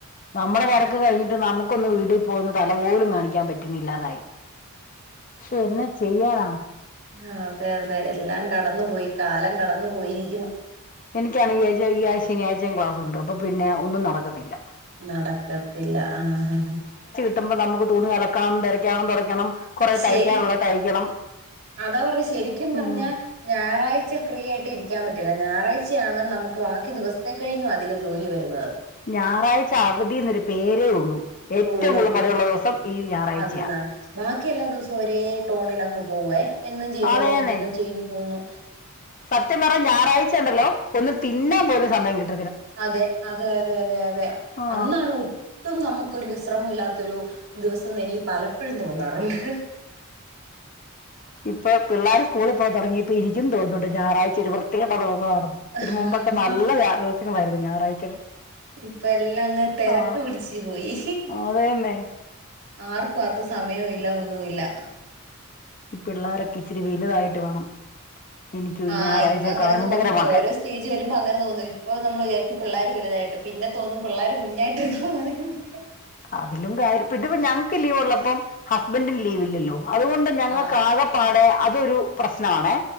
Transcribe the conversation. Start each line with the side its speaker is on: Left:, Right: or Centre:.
Left: നമ്മുടെ തെരക്ക് കഴിഞ്ഞിട്ട് നമുക്കൊന്ന് വീട്ടിൽ പോയിട്ട് തല പോലും കാണിക്കാൻ പറ്റു ന്നില്ലാന്ന് ആയി ശേ എന്ന ചെയ്യാനാ
Right: ആഹ് അതെ അതെ എല്ലാം കടന്നു പോയി കാലം കടന്നു പോയിരിക്കുന്നു
Left: എനിക്കാണെ ഈ ഈ ആഴ്ച ശനിയാഴ്ചയും ക്ലാസ് ഉണ്ട് അപ്പൊ പിന്നെ ഒന്നും നടക്കത്തില്ല
Right: നടക്കത്തില്ല ആഹ് ആ
Left: കിട്ടുമ്പ നമുക്ക് തുണി അലക്കണം, പെരക് അകം തുടയ്ക്കണം, കുറേ
Right: ശരി
Left: തയ്ക്കാനുള്ള തയ്ക്കണം
Right: അതാ പറഞ്ഞെ ശരിക്കും പറഞ്ഞാ
Left: ഉം
Right: ഞായറാഴ്ച ഫ്രീ ആയിട്ട് ഇരിക്കാൻ പറ്റുല്ല ഞായറാഴ്ചയാണ് നമുക്ക് ബാക്കി ദിവസ ത്തെ കഴിഞ്ഞു അധികം ജോലി വരുന്നത്
Left: ഞായറാഴ്ച അവധി എന്നൊരു പേരേ ഉള്ളൂ ഏറ്റവും
Right: ഉള്ളൂ
Left: കൂടുതൽ പണിയുള്ള
Right: അത്
Left: ദിവസം ഈ ഞായറാഴ്ചയ
Right: അന്നാണ് ബാക്കി എല്ലാ ദിവസവും ഒരേ ടോണിലങ്ങ് പോവുഎ എന്നും ചെയ്യുമ്പോലെ
Left: അതേന്നെ
Right: എണീക്കുന്നു ചെയ്യന്ന് തോന്നുന്നു
Left: സത്യം പറഞ്ഞ ഞായറാഴ്ച ഉണ്ടല്ലോ ഒന്നും തിന്നാൻ പോലും സമയം കിട്ടു
Right: അതെ അതെ അതെ അതെ അതെ
Left: ആ
Right: അന്നാണ് ഒട്ടും നമക്കൊരു വിശ്രമം ഇല്ലാത്തൊരു ദിവസം എന്ന് എനിക്ക് പലപ്പോഴും തോന്നാറുണ്ട്
Left: ഇ ഇപ്പൊ പിള്ളേർ സ്കൂളിൽ പോയ് തുടങ്ങിയപ്പോ എനിക്കും തോന്നുന്നുണ്ട് ഞായറാഴ്ച ഒരു വൃത്തികെട്ട ദിവസണ് ന്ന്
Right: ആഹ്
Left: ഇതിന് മുമ്പൊക്കെ നല്ല വ്യാ ദിവസങ്ങളായിരുന്നു ഞായറാഴ്ചകൾ
Right: ഇപ്പോ എല്ലാം അങ്ങ് തിരക്ക്
Left: ആ
Right: പിടിച് പോയി
Left: അതേന്നെ
Right: ആർക്കും ആർക്കും സമയവും ഇല്ല ഒന്നും ഇല്ല
Left: പിള്ളോരൊക്കെ ഇച്ചിരി വലുതായിട്ട് വേണം എനിക്ക്
Right: ആഹ്
Left: ഈ ഞായറാഴ്ചയൊക്കെ
Right: ഇപ്പോ അങ്ങനെ
Left: ആനന്ദകരമാക്കാൻ
Right: തോന്നും ഓരോ സ്റ്റേജ് വരുമ്പോ അങ്ങനെ തോന്നു ഇപ്പൊ നമ്മൾ വിചാരിക്കും പിള്ളോര് വലുതായിട്ട്, പിന്നെ തോന്നും പിള്ളാര് കുഞ്ഞയിട്ടിരുന്ന മതിന്നൊക്കെ
Left: അതിലും കാര്യം ഇതിപൊ ഞങ്ങക്ക് ലീവ് ഉള്ളപ്പം ഹസ്ബൻറിന് ലീവ് ഇല്ലല്ലോ അതുകൊണ്ട്ന്നെ ഞങ്ങൾക്ക്
Right: ആഹ്
Left: ആകെപ്പാടെ അതൊരു പ്രശ്നമാണെ